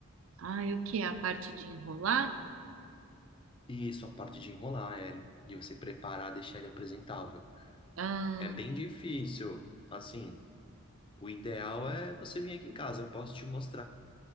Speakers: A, on the right; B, on the left.
A: Ah, e o que? A parte de enrolar?
B: E isso, a parte de enrolar ele e você preparar, deixar ele apresentável.
A: Ah,
B: É bem difícil. Assim, o ideal é você vir aqui em casa, eu posso te mostrar